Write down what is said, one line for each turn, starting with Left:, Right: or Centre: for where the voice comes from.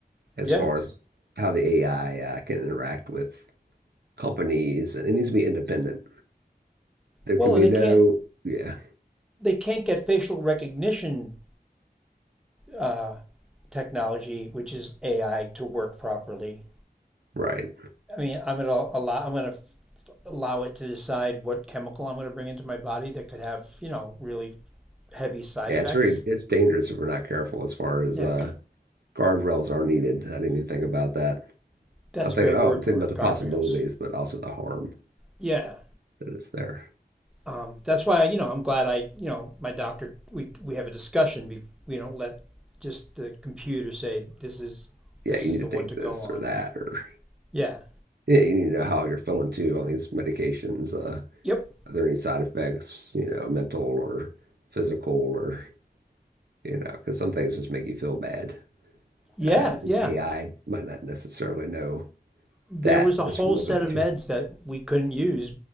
Right: as
Centre: yeah.
Right: far as how the AI uh, can interact with companies, and it needs to be independent. There
Centre: Well,
Right: can be
Centre: and they
Right: no,
Centre: can't
Right: yeah,
Centre: they can't get facial recognition uh, technology, which is AI, to work properly.
Right: right.
Centre: I mean, I'm gonna allow I'm gonna allow it to decide what chemical I'm gonna bring into my body that could have you know really heavy side
Right: Yeah,
Centre: effects.
Right: it's very, it's dangerous if we're not careful as far as
Centre: Yeah.
Right: uh, guardrails are needed. I didn't even think about that.
Centre: That's
Right: I'm thinking,
Centre: a great
Right: oh,
Centre: word
Right: I'm thinking
Centre: for
Right: about
Centre: it.
Right: the
Centre: Guardrails.
Right: possibilities, but also the harm
Centre: Yeah.
Right: that is there.
Centre: Um, that's why you know I'm glad I you know my doctor we we have a discussion. we don't let just the computer say this is
Right: Yeah,
Centre: this
Right: you
Centre: is
Right: need
Centre: the
Right: to
Centre: one
Right: take
Centre: to go
Right: this
Centre: on.
Right: or that, or
Centre: Yeah.
Right: yeah, you need to know how you're feeling too on these medications. Uh,
Centre: Yep.
Right: are there any side effects, you know, mental or physical, or, you know, because some things just make you feel bad.
Centre: Yeah.
Right: Uh,
Centre: Yeah.
Right: and AI might not necessarily know
Centre: There
Right: that
Centre: was a
Right: just
Centre: whole
Right: from looking
Centre: set
Right: at
Centre: of meds
Right: you.
Centre: that we couldn't use